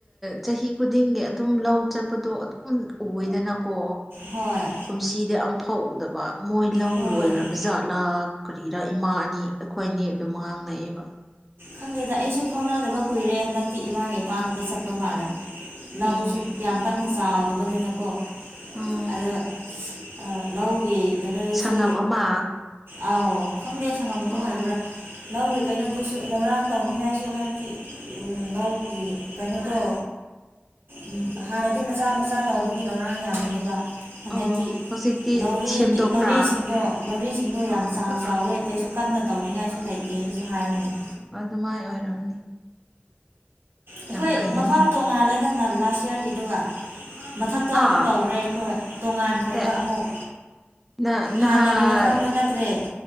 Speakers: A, in the centre; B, on the right (about 70°).
A: ꯆꯍꯤ ꯈꯨꯗꯤꯡꯒꯤ ꯑꯗꯨꯝ ꯂꯧ ꯆꯠꯄꯗꯣ ꯑꯗꯨꯝ ꯎꯋꯦꯗꯅꯀꯣ
B: ꯍꯣꯏ
A: ꯀꯨꯝꯁꯤꯗꯤ ꯑꯝꯐꯥꯎ ꯎꯗꯕ ꯃꯣꯏ ꯂꯧ
B: ꯍꯣꯏ
A: ꯂꯣꯏꯔꯕ ꯖꯥꯠꯂꯥ ꯀꯔꯤꯔꯥ ꯏꯃꯥ ꯑꯅꯤ ꯑꯩꯈꯣꯏ ꯑꯅꯤ ꯑꯗꯨꯝ ꯉꯥꯡꯅꯩꯌꯦꯕ
B: ꯈꯪꯗꯦꯗ ꯑꯩꯁꯨ ꯐꯥꯎꯅꯥꯗꯕ ꯀꯨꯏꯔꯦ ꯍꯟꯗꯛꯇꯤ ꯏꯃꯥꯒ ꯏꯄꯥꯒ ꯈꯛꯇ ꯆꯠꯄ ꯃꯥꯜꯂꯦ ꯂꯧꯁꯨ
A: ꯎꯝ
B: ꯌꯥꯝ ꯀꯟꯅ ꯆꯥꯎꯗꯕꯅꯤꯅꯀꯣ
A: ꯎꯝ
B: ꯑꯗꯨ ꯑꯥ ꯂꯧꯒꯤ ꯀꯩꯅꯣꯗꯨꯁꯨ
A: ꯁꯪꯉꯝ ꯑꯃ
B: ꯑꯥꯎ ꯈꯪꯗꯦ ꯁꯪꯉꯝ ꯑꯃ
A: ꯑꯣ
B: ꯑꯣꯏꯕ꯭ꯔꯥ ꯂꯧꯒꯤ ꯀꯩꯅꯣꯗꯨꯁꯨ ꯂꯧꯔꯥꯡ ꯇꯧꯅꯤꯡꯉꯥꯏꯁꯨ ꯍꯥꯏꯕꯗꯤ ꯂꯧꯒꯤ ꯀꯩꯅꯣꯗꯣ ꯎꯝ ꯍꯥꯟꯅꯗꯤ ꯃꯆꯥ ꯃꯆꯥ ꯇꯧꯕꯒꯤ ꯂꯧꯔꯥꯡ ꯌꯥꯝꯕꯅꯦꯕ ꯍꯟꯗꯛꯇꯤ
A: ꯑꯣ ꯍꯧꯖꯤꯛꯇꯤ
B: ꯂꯧꯔꯤ
A: ꯁꯦꯝꯗꯣꯛꯄ꯭ꯔꯥ
B: ꯂꯧꯔꯤꯁꯤꯡꯗꯣ ꯂꯧꯔꯤꯁꯤꯡꯗꯣ
A: ꯑꯥ
B: ꯌꯥꯝ ꯆꯥꯎ ꯆꯥꯎꯑꯦ ꯀꯩꯁꯨ ꯀꯟꯅ ꯇꯧꯅꯤꯡꯉꯥꯏꯁꯨ ꯂꯩꯇꯦꯁꯨ ꯍꯥꯏꯕꯅꯤ
A: ꯑꯗꯨꯃꯥꯏꯟ ꯑꯣꯏꯔꯝꯃꯅꯤ
B: ꯑꯩꯈꯣꯏ
A: ꯐꯩꯅꯦ
B: ꯃꯐꯝ ꯇꯣꯉꯥꯜꯂꯦꯗꯅ ꯂꯥꯁ ꯌꯥꯔꯒꯤꯗꯨꯒ ꯃꯊꯛꯇ
A: ꯍꯥ
B: ꯑꯃꯨꯛ ꯇꯧꯈ꯭ꯔꯦ ꯑꯩꯈꯣꯏ ꯇꯣꯉꯥꯟꯈ꯭ꯔꯦꯕ
A: ꯑꯦ
B: ꯑꯃꯨꯛ
A: ꯅ ꯅꯍꯥꯟ
B: ꯍꯥꯟꯅꯒꯤ ꯃꯐꯝꯗꯣ ꯅꯠꯇ꯭ꯔꯦ